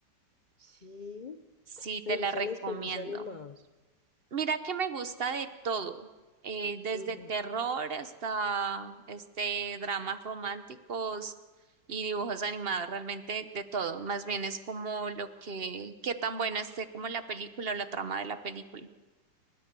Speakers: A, on the left; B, on the right.
A: Sí,
B: Sí, te
A: me gustan
B: la recomiendo.
A: las pelis animadas.
B: Mira que me gusta de todo, eh, desde
A: Ujú.
B: terror hasta este dramas románticos y dibujos animados, realmente de todo. Más bien es como lo que, qué tan buena esté como la película o la trama de la película.